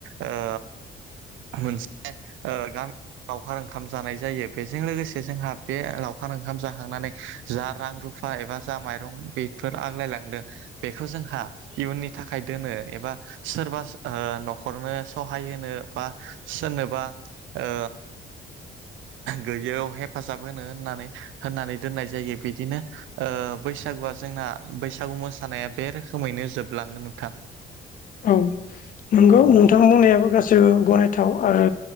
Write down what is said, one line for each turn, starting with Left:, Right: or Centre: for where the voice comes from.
Right: ओ मोनसे ओ गामि लावखार ओंखाम जानाय जायो बेजों लोगोसे जोंहा बे लावखार ओंखाम जाखांनानै जा रां रुफा एबा जा माइरं बेफोर आग्लायलांदों बेखौ जोंहा इयुननि थाखाय दोनो एबा सोरबा ओ न'खरनो सहाय होनो बा सोरनोबा ओ गैयियाव हेफाजाब होनो होननानै होननानै दोननाय जायो बिदिनो ओ बैसागुआ जोंना बैसागु मोसानाया बे रोखोमैनो जोबलाङो नोंथां
Left: औ नंगौ नोंथां बुंनायाबो गासैबो गनायथाव आरो